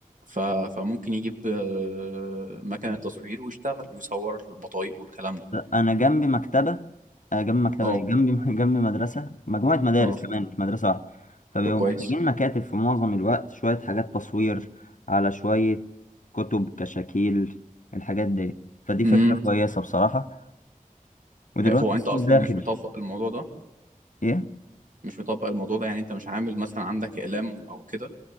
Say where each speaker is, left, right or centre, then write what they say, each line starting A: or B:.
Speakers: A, on the right; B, on the left.
A: ف... فممكن يجيب آه، مكنة تصوير ويشتغل يصور البطايق والكلام ده
B: انا جنبي مكتبه آه، جنبي مكتبه
A: اه
B: ايه جنبي <laughs> جنبي مدرسه مجموعه مدارس
A: اه
B: كمان مش مدرسه واحده فبيبقوا
A: طب كويس
B: محتاجين مكاتب في معظم الوقت شويه حاجات تصوير على شويه كتب كشاكيل الحاجات دي فدي
A: امم
B: فكره كويسه بصراحه ودلوقتي
A: هو
B: الصيف
A: أنت أصلا
B: داخل
A: مش مطبق الموضوع ده
B: ايه
A: مش مطبق الموضوع ده يعني أنت مش عامل مثلا عندك إعلام أو كده